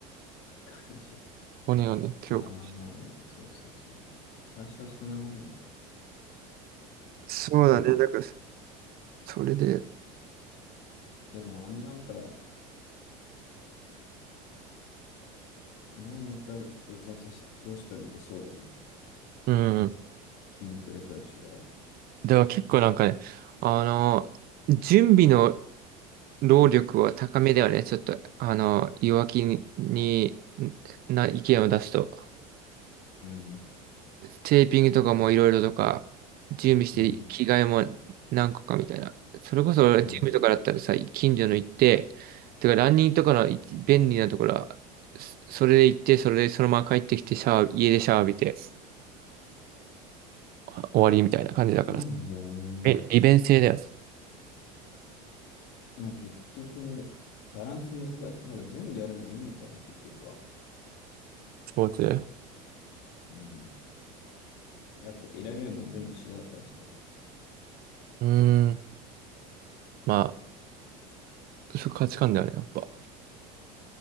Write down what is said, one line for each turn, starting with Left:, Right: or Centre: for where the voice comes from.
Left: 彼氏。
Right: 骨をね、強く。
Left: まあまあまあまあ、そうそうそう。最初はそんなもんだよな
Right: そうだね。
Left: でも、
Right: だから、それで、
Left: でもあのなんか、あのまた別のテストロステロンってそうだよね。
Right: うん。
Left: 筋トレとは違う。
Right: だから結構なんかね、あの、準備の労力は高めではね。ちょっと、あの、弱気に、にな意見を出すと。
Left: うん。
Right: テーピングとかもいろいろとか、準備して、
Left: うん。
Right: 着替えも何個かみたいな。それこそ準備とかだったらさ、
Left: うん。
Right: 近所の行って、てかランニングとかの一便利なところは、そそれで行って、それでそのまま帰ってきて、シャワー、家でシャワー浴びて、あ終わりみたいな感じだからさ。
Left: そうなんだよね。
Right: え、利便性だよね、
Left: なんか結局、バランス難しい。なんか全部やるのがいいのかな、結局は。
Right: スポーツ。う
Left: うん。だって得られるもん全部違うからさ。
Right: ーん、まあ、そう価値観だよね、やっぱ。